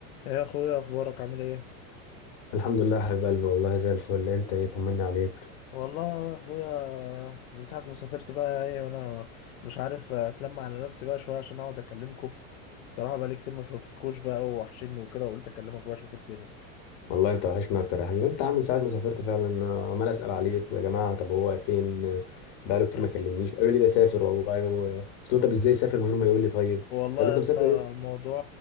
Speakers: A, on the left; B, on the left.
A: يا اخويا اخبارك عامل ايه
B: الحمد لله يا حبيب قلبي والله زي الفل انت ايه طمني عليك
A: والله يا اخويا من ساعه ما سافرت بقى ايه وانا مش عارف اتلم على نفسي بقى شويه عشان اقعد اكلمكم بصراحه بقى لي كتير ما شفتكوش بقى ووحشني وكده وقلت اكلمك بقى اشوف الدنيا
B: والله انت وحشنا اكتر يا حبيبي انت عامل ساعه ما سافرت فعلا انا عمال اسال عليك يا جماعه طب هو فين بقاله كتير
A: آه.
B: ما كلمنيش قالوا لي ده سافر والله و... قلت له طب ازاي سافر من غير ما يقول لي طيب
A: والله
B: طب انت
A: يا
B: مسافر
A: اسطى
B: ايه
A: الموضوع